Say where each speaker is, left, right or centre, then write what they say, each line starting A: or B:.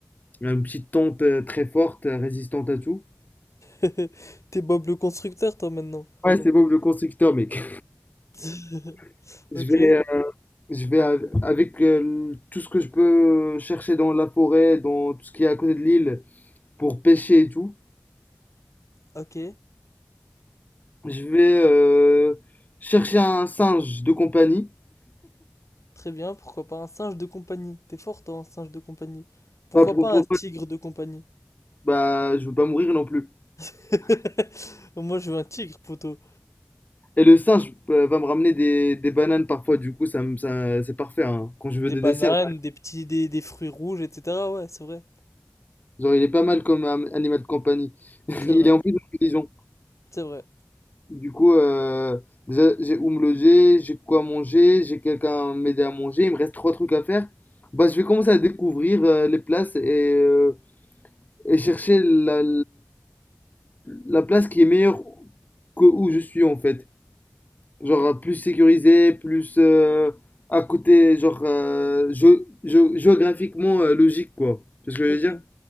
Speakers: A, on the left (about 35°); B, on the left (about 75°).
A: Une petite tente euh, très forte, euh, résistante à tout.
B: <laughs> T'es Bob le constructeur toi maintenant.
A: Ouais, c'est Bob le constructeur, mec.
B: <laughs>
A: <laughs> Je
B: Ok,
A: vais, euh, je vais av- avec euh, tout ce que je peux euh, chercher dans la forêt, dans tout ce qui est à côté de l'île, pour pêcher et tout.
B: ok,
A: Je vais euh, chercher un singe de compagnie.
B: très bien. Pourquoi pas un singe de compagnie? T'es fort toi, un singe de compagnie. Pourquoi
A: Pas pour,
B: pas
A: pour-
B: un tigre de compagnie?
A: bah, je veux pas mourir non plus.
B: <laughs> Moi je veux un tigre, poteau.
A: Et le singe euh, va me ramener des, des bananes parfois, du coup, ça, me- ça- c'est parfait hein, quand je veux
B: Des
A: des
B: bananes,
A: desserts.
B: des petits des, des fruits rouges, etc. Ouais, c'est vrai,
A: Genre, il est pas mal comme am- animal de compagnie. <laughs>
B: c'est
A: Il
B: vrai.
A: est en plus intelligent.
B: C'est vrai.
A: Du coup, euh, déjà, j'ai où me loger, j'ai quoi manger, j'ai quelqu'un à m'aider à manger, il me reste trois trucs à faire. Bah, je vais commencer à découvrir euh, les places et, euh, et chercher la, la place qui est meilleure que où je suis en fait. Genre euh, plus sécurisé, plus euh, à côté, genre euh, gé- gé- géographiquement euh, logique, quoi. Tu vois ce que je
B: Ok.
A: veux dire?